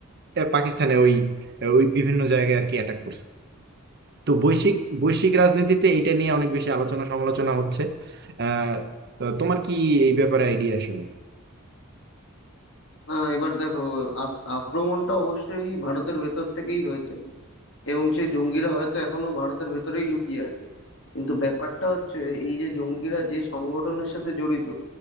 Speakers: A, on the right; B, on the left.
A: আহ, পাকিস্তানে ওই ওই বিভিন্ন জায়গায় আর কি অ্যাটাক করছে তো বৈশ্বিক বৈশ্বিক রাজনীতিতে এইটা নিয়ে অনেক বেশি আলোচনা সমালোচনা হচ্ছে আহ তো তোমার কি এই ব্যাপারে আইডিয়া আসলে
B: না এবার দেখো আক- আক্রমণটা অবশ্যই ভারতের ভেতর থেকেই হয়েছে এবং সেই জঙ্গিরা হয়তো এখনো ভারতের ভেতরেই লুকিয়ে আছে কিন্তু ব্যাপারটা হচ্ছে এই যে জঙ্গিরা যে সংগঠনের সাথে জড়িত